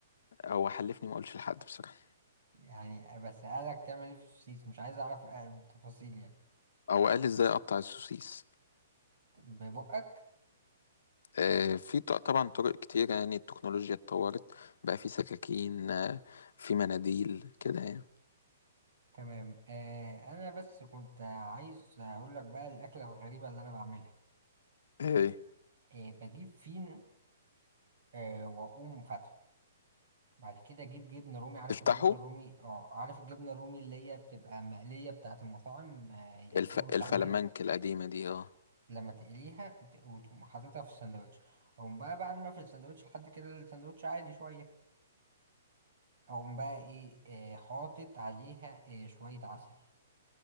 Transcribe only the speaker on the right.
يعني بس قالك تعمل ايه في السوسيس مش عايز أعرف آه، بالتفاصيل يعني
ببقك
تمام آه أنا بس كنت عايز أقول لك بقى الأكلة الغريبة اللي أنا بعملها
إيه بجيب فين آه واقوم فاتحه بعد كده اجيب جبنه رومي عارف
الجبنه الرومي اه عارف الجبنه الرومي اللي هي بتبقى مقليه بتاعه المطاعم آه الفول
والطعميه
لما تقليها ت- وتقوم حاططها في الساندوتش اقوم بقى بعد ما في الساندوتش لحد كده الساندوتش عادي شويه اقوم بقى ايه آه حاطط عليها آه شويه عسل